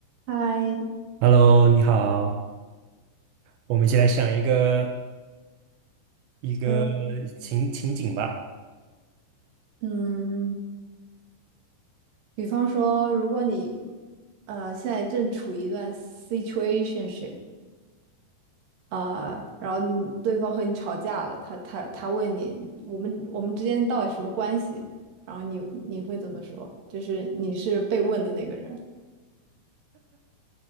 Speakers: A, on the right; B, on the right.
A: 嗨，
B: Hello，你好，我们一起来想一个一个
A: 嗯
B: 情情景吧。
A: 嗯，比方说，如果你呃现在正处于一段 situationship，呃，然后你对方和你吵架了，他他他问你，我们我们之间到底什么关系？然后你你会怎么说？就是你是被问的那个人，